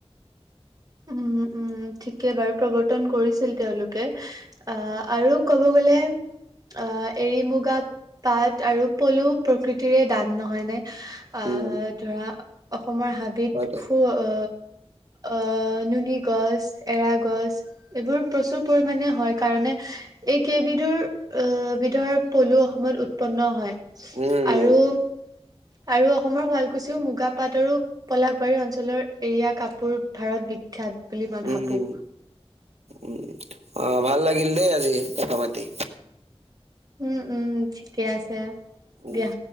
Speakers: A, on the right (about 35°); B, on the right (about 80°).
A: উম উম উম ঠিকে বাৰু প্ৰৱৰ্তন কৰিছিল তেওঁলোকে আহ আৰু ক'ব গলে অ এৰি-মুগা পাট আৰু পলু প্ৰকৃতিৰে দান নহয় নে আহ
B: উম
A: ধৰা অসমৰ হাবিত
B: হয় দে
A: সু অ অ নুনি গছ, এৰা গছ এইবোৰ প্ৰচুৰ পৰিমানে হয় কাৰণে এই কেইবিধ বিধুৰ অহ বিধৰ পলু অসমত উৎপন্ন হয়।
B: উম
A: আৰু আৰু অসমৰ শুৱালকুছিও মুগাপাট আৰু পলাশবাৰী অঞ্চলৰ এৰিয়া কাপোৰ ভাৰত বি খ্যাত বুলি মই
B: উম
A: ভাবো
B: উম উম অ ভাল লাগিল দেই আজি কথা পাতি
A: উম উম ঠিকে আছে?
B: উম
A: দিয়া